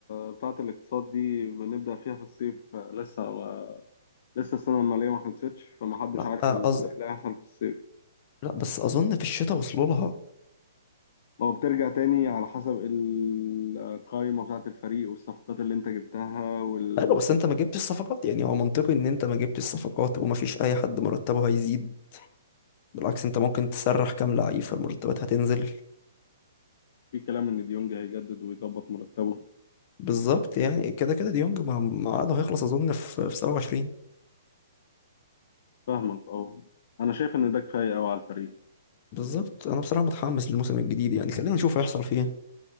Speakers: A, on the left; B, on the left.
A: بتاعة الاقتصاد دي بنبدأ فيها في الصيف لسه ما لسه السنة المالية ما خلصتش فمحدش
B: لا
A: عارف ال-
B: أز...
A: اللي هيحصل في الصيف
B: لا بس اظن في الشتاء وصلوا لها
A: ما هو بترجع تاني على حسب القائمة بتاعة الفريق والصفقات اللي أنت جبتها والإيرادات
B: ايوه بس انت ما جبتش الصفقات يعني هو منطقي ان انت ما جبتش الصفقات وما فيش اي حد مرتبه هيزيد بالعكس انت ممكن تسرح كام لعيب فالمرتبات هتنزل
A: في كلام إن ديونج هيجدد ويظبط مرتبه
B: بالظبط يعني كده كده ديونج مع مع عقده هيخلص اظن في في 27
A: فاهمك أه أنا شايف إن ده كفاية أوي على الفريق
B: بالظبط انا بصراحة متحمس للموسم الجديد يعني خلينا نشوف هيحصل فيه إيه.